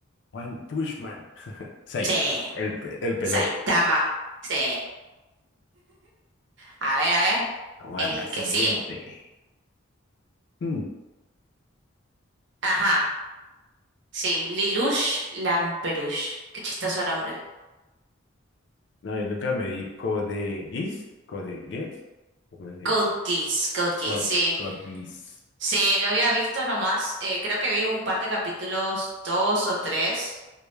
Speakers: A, on the left; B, on the right.
A: One Punch Man. Saitama,
B: Sí,
A: el, pe- el pelón.
B: Saitama. Sí. A ver, a ver,
A: Vamos
B: el
A: a la siguiente.
B: que sigue.
A: Hmm,
B: Ajá, sí, Lelouch Lamperouche. Qué chistoso nombre.
A: No, yo nunca me di Code Geass, Code Geass, ¿cómo se dice?
B: Code Geass, Code Geass,
A: Code,
B: sí.
A: Code Geass,
B: Sí, yo había visto nomás, eh, creo que vi un par de capítulos, dos o tres,